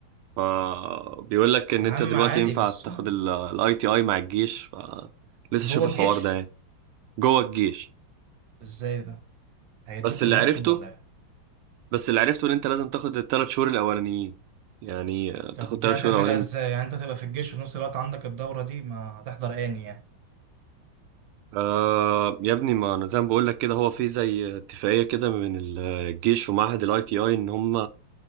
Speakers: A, on the right; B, on the right.
A: فبيقول لك ان
B: يا عم
A: انت دلوقتي
B: عادي
A: ينفع
B: بس
A: تاخد
B: آه،
A: الاي تي اي مع الجيش ف لسه
B: جوه
A: شوف الحوار
B: الجيش
A: ده يعني جوه الجيش
B: ازاي ده هيدوكوا
A: بس اللي
B: اللابتوب
A: عرفته
B: ولا ايه
A: بس اللي عرفته ان انت لازم تاخد الثلاث شهور الاولانيين يعني آه، تاخد
B: طب دي
A: ثلاث
B: هتعملها
A: شهور الاولانيين
B: ازاي يعني انت تبقى في الجيش وفي نفس الوقت عندك الدوره دي ما هتحضر اني يعني
A: آه يا ابني ما انا زي ما بقول لك كده هو في زي اتفاقيه كده من ال- الجيش ومعهد الاي تي اي ان هم